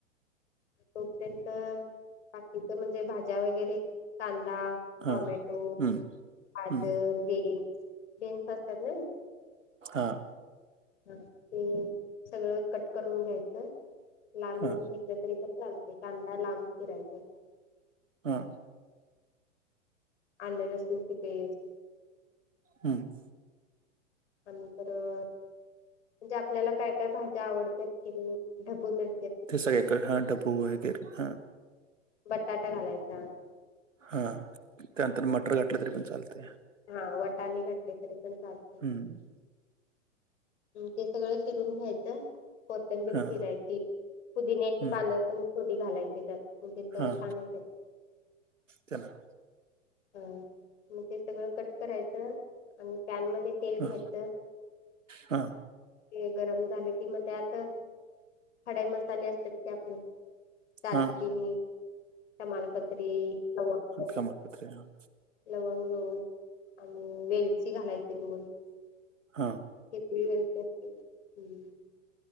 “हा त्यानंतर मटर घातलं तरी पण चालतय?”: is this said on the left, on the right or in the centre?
Right